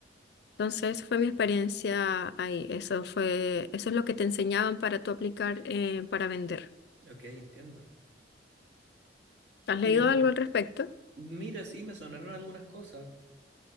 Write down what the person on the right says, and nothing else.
Ok, entiendo.
Mira,
mira, sí, me sonaron algunas cosas.